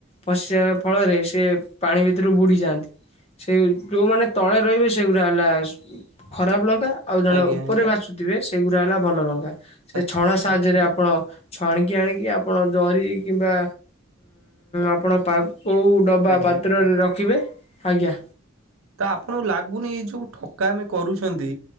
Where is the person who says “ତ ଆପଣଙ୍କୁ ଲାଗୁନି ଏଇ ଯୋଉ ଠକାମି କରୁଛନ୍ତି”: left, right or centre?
Right